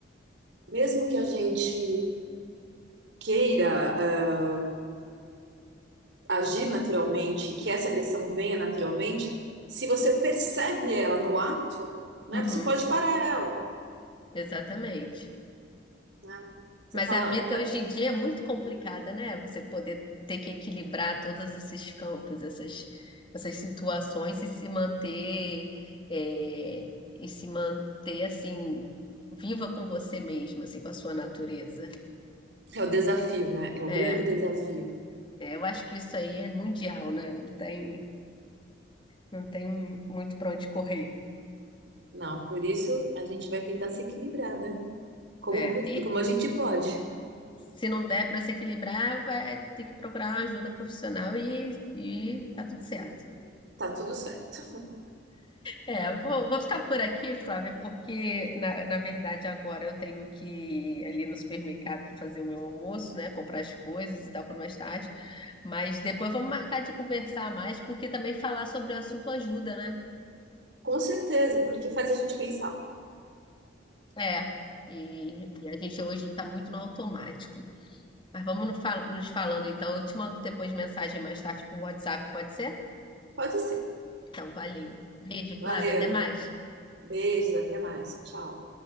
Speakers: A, on the right (about 70°); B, on the left (about 25°).
A: mesmo que a gente queira, ah, agir naturalmente, que essa agressão venha naturalmente, se você percebe ela no ato, né,
B: Uhum,
A: você pode parar ela,
B: exatamente.
A: né? Você
B: Mas
A: fala,
B: a vida
A: pra-
B: hoje em dia é muito complicada, né? Você poder ter que equilibrar todos esses campos, essas, essas situações e se manter, é, e se manter assim, viva com você mesma, assim, com a sua natureza.
A: é o desafio, né? É
B: É,
A: o grande desafio.
B: é, eu acho que isso aí é mundial, né? Não tem, não tem muito para onde correr.
A: Não, por isso a gente vai tentar se equilibrar, né? como,
B: É,
A: pu-
B: e
A: como a gente pode.
B: se não der para se equilibrar, vai ter que procurar uma ajuda profissional e, e tá tudo certo.
A: Tá tudo certo.
B: É, vou, vou ficar por aqui, Flávia, porque na, na verdade agora eu tenho que ir ali no supermercado para fazer o meu almoço, né? Comprar as coisas e tal para mais tarde. Mas depois vamos marcar de conversar mais, porque também falar sobre o assunto ajuda, né?
A: Com certeza, porque faz a gente pensar.
B: É. E, e a gente hoje está muito no automático. Mas vamos no fal- nos falando então. Eu te mando depois mensagem mais tarde por WhatsApp, pode ser?
A: Pode ser.
B: Então, valeu. Beijo,
A: Valeu.
B: Flávia, até mais.
A: Beijos, até mais. Tchau.